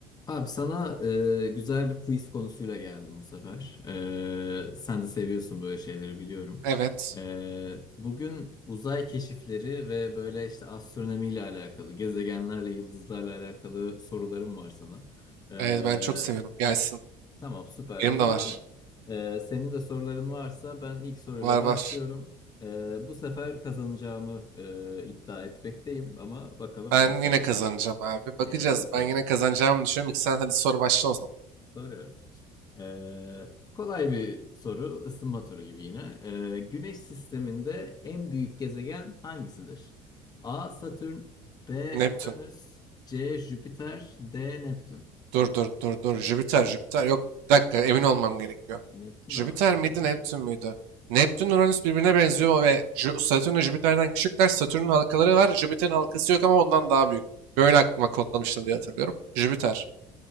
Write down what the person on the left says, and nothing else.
Abi sana e, güzel bir quiz konusuyla geldim bu sefer. E, sen de seviyorsun böyle şeyleri biliyorum.
E, bugün uzay keşifleri ve böyle işte astronomiyle alakalı, gezegenlerle, yıldızlarla alakalı sorularım var sana. E,
tamam süper.
O zaman
e, senin de soruların varsa ben ilk soruyla
başlıyorum. E, bu sefer kazanacağımı e, iddia etmekteyim ama bakalım
nasıl
olacak.
E,
hadi bakalım.
Soruyorum. Ee, kolay bir soru, ısınma turu gibi yine. Ee, Güneş sisteminde en büyük gezegen hangisidir? A. Satürn, B.
Uranüs, C. Jüpiter, D. Neptün.
Neptün
de var şıklarda.